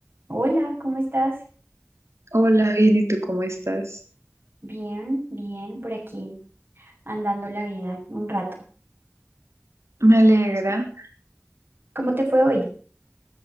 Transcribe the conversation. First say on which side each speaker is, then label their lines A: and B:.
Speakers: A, on the right; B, on the right.
A: Hola, ¿cómo estás?
B: Hola, bien, ¿y tú cómo estás?
A: Bien, bien, por aquí, andando la vida un rato.
B: Me alegra.
A: ¿Cómo te fue hoy?